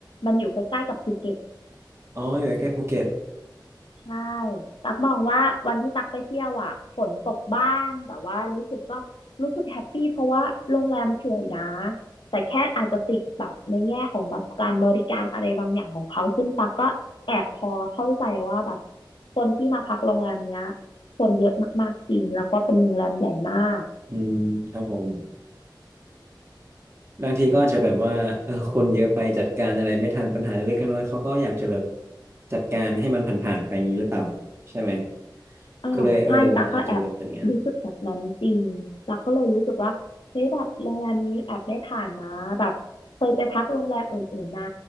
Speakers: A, on the left; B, on the right.
A: มันอยู่ใกล้ๆกับภูเก็ต
B: อ๋ออยู่ใกล้ๆภูเก็ต
A: ใช่ ตักมองว่าวันที่ตักไปเที่ยวอ่ะ ฝนตกบ้าง แต่ว่ารู้สึกก็รู้สึกแฮปปี้เพราะว่าโรงแรมสวยนะแต่แค่อาจจะติดแบบในแง่ของแบบการบริการอะไรบางอย่างของเขาซึ่งตักก็แอบพอเข้าใจว่าแบบคนที่มาพักโรงแรมเนี้ยคนเยอะมากๆจริงแล้วก็เป็นโรงแรมใหญ่มาก
B: อืมครับผมบางทีก็อาจจะแบบว่าเออคนเยอะไปจัดการอะไรไม่ทันปัญหาเล็กๆน้อยๆเขาก็อยากจะแบบจัดการให้มันผ่านๆไปอย่างนี้หรือเปล่าใช่ไหม
A: อ๋อใช่ตาก็แอบรู้สึกแบบนั้นจริงตาก็เลยรู้สึกว่าเฮ้ยแบบโรงแรมนี้แอบได้ผ่านนะแบบเคยไปพักโรงแรมอื่นๆมา
B: ก็เลยเอออาจจะแบบเป็นอย่างนั้น